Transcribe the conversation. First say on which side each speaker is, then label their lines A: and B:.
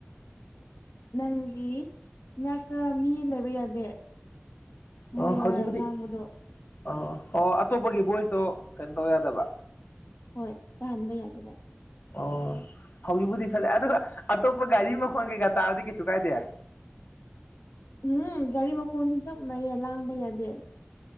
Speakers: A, on the left; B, on the left.
A: ꯅꯪ ꯒꯤ ꯅꯥꯛꯇ ꯃꯤ ꯂꯩꯕ ꯌꯥꯗꯦ
B: ꯑꯣ
A: ꯃꯣꯏꯅ
B: ꯍꯧꯖꯤꯛꯄꯨꯗꯤ
A: ꯉꯥꯡꯕꯗꯣ
B: ꯑꯣ ꯑꯣ ꯑꯇꯣꯞꯄꯒꯤ ꯚꯣꯏꯁꯇꯣ ꯀꯩꯅꯣ ꯇꯧ ꯌꯥꯗꯕ
A: ꯍꯣꯏ ꯇꯥꯍꯟꯕ ꯌꯥꯗꯕ
B: ꯑꯣ ꯍꯧꯖꯤꯛꯄꯨꯗꯤ ꯁꯠꯂꯦ ꯑꯗꯨꯒ ꯑꯇꯣꯞꯄ ꯒꯥꯔꯤ ꯃꯈꯣꯟ ꯀꯩꯀꯥ ꯇꯥꯔꯗꯤ ꯀꯩꯁꯨ ꯀꯥꯏꯗꯦ
A: ꯎꯝ ꯒꯥꯔꯤ ꯃꯈꯣꯟꯁꯨ ꯆꯞꯅꯩꯌꯦ ꯂꯥꯡꯕ ꯌꯥꯗꯦ